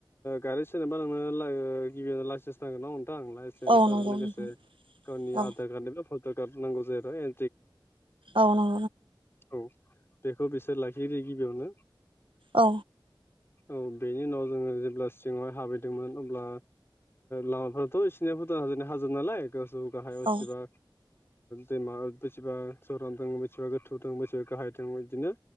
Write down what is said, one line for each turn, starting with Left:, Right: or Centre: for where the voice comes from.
Left: गारि सोरनोबा ला <unintelligible> गिबियावनो लाइसेन्स थांगोन ना मोनथां आं लाइसेन्स
Right: औ
Left: आरो
Right: नंगौ
Left: लोगोसे
Right: नोंथां
Left: गावनि
Right: औ
Left: आधार कार्डनिबो भट' कार्ड नांगौ जाहैबाय
Right: औ नं
Left: औ बेखौ बिसोर लाखियोनो गिबियावनो
Right: औ
Left: औ बेनि उनाव जोङो जेब्ला सिङावहाय हाबैदोंमोन अब्ला लामाफ्राथ' इसिोरनिया भुदान हाजो हाजो नालाय गोजौ गाहाय उथिबा
Right: औ
Left: दैमा बेसेबा सरान दा बेसेबा गोथौ दं बेसेबा गाहाय दा बिदिनो